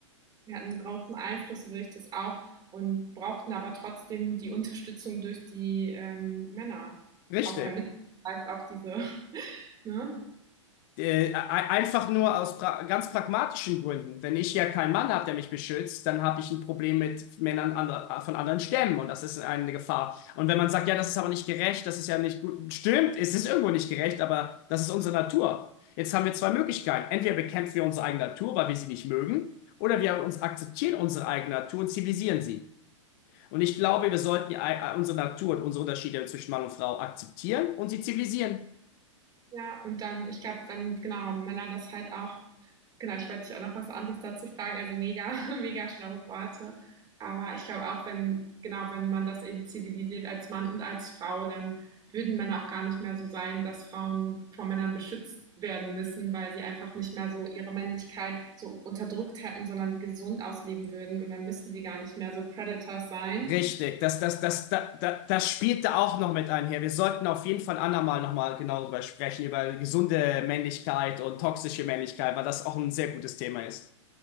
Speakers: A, on the right; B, on the left.
A: die hatten großen Einfluss durch das auch und brauchten aber trotzdem die Unterstützung durch die ähm, Männer,
B: richtig.
A: auch damit vielleicht auch diese, <laughs> ne?
B: Äh, e- einfach nur aus pra ganz pragmatischen Gründen. Wenn ich ja keinen Mann habe, der mich beschützt, dann habe ich ein Problem mit Männern ander von anderen Stämmen und das ist eine Gefahr. Und wenn man sagt, ja, das ist aber nicht gerecht, das ist ja nicht gut, stimmt, es ist irgendwo nicht gerecht, aber das ist unsere Natur. Jetzt haben wir zwei Möglichkeiten. Entweder bekämpfen wir unsere eigene Natur, weil wir sie nicht mögen, oder wir uns akzeptieren unsere eigene Natur und zivilisieren sie. Und ich glaube, wir sollten äh, unsere Natur und unsere Unterschiede zwischen Mann und Frau akzeptieren und sie zivilisieren.
A: Ja, und dann, ich glaube, wenn genau Männer das halt auch Genau, ich wollte dich auch noch was anderes dazu fragen. Also mega, <laughs> mega schlaue Worte. Aber ich glaube auch, wenn, genau, wenn man das eben zivilisiert als Mann und als Frau, dann würden Männer auch gar nicht mehr so sein, dass Frauen von Männern beschützt werden müssen, weil sie einfach nicht mehr so ihre Männlichkeit so unterdrückt hätten, sondern die gesund ausleben würden. Und dann müssten sie gar nicht mehr so Predators sein.
B: Richtig, das, das, das, das, das, das spielt da auch noch mit einher. Wir sollten auf jeden Fall andermal nochmal genau darüber sprechen, über gesunde Männlichkeit und toxische Männlichkeit, weil das auch ein sehr gutes Thema ist.